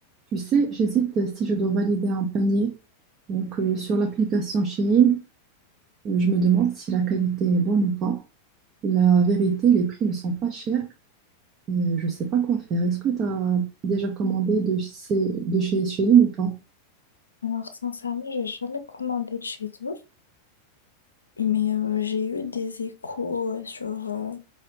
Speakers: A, on the right (about 35°); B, on the left (about 75°).
A: Tu sais, j'hésite si je dois valider un panier. Donc, euh, sur l'application Shein, euh, je me demande si la qualité est bonne ou pas. La vérité, les prix ne sont pas chers et euh, je ne sais pas quoi faire. Est-ce que tu as déjà commandé de chez, de chez Shein ou pas?
B: Alors, sincèrement, j'ai jamais commandé de chez eux, mais euh, j'ai eu des échos euh, sur euh,